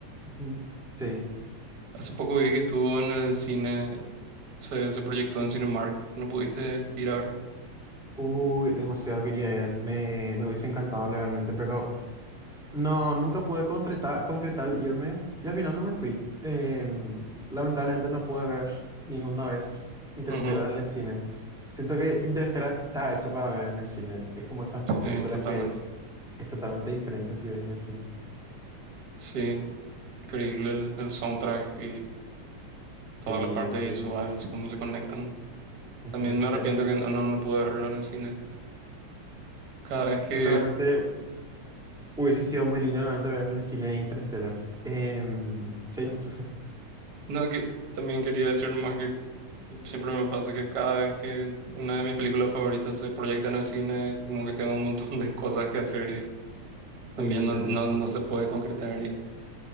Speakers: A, in the centre; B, on the right.
A: ujú, Sí.
B: Hace poco vi que estuvo en el cine, se, se proyectó en Cinemark, ¿no pudiste ir a ver?
A: Uy, demasiado quería ir. Me, me hubiese encantado legalmente, pero no, nunca pude concretar, concretar el irme y al final no me fui. Em, lamentablemente no pude ver ninguna vez Interestelar
B: Ujú,
A: en el cine. Siento que Interestelar está hecho para ver en el cine. Es como esas
B: sí,
A: películas
B: totalmente.
A: que es totalmente diferente si ves en el cine.
B: Sí, increíble el, el soundtrack y
A: Sí,
B: toda la parte
A: sí.
B: visual, así como se conectan.
A: ujú,
B: También me arrepiento
A: Tienes razón.
B: que no, no, no pude verlo en el cine. Cada vez que
A: Realmente Hubiese sido muy lindo realmente ver en el cine de Interstellar. Em, sí, no. <laughs>
B: No, que también quería decir nomás que siempre me pasa que cada vez que una de mis películas favoritas se proyecta en el cine, como que tengo un montón de <laughs> cosas que hacer y también
A: Sí,
B: no,
A: tenés
B: no,
A: razón.
B: no se puede concretar y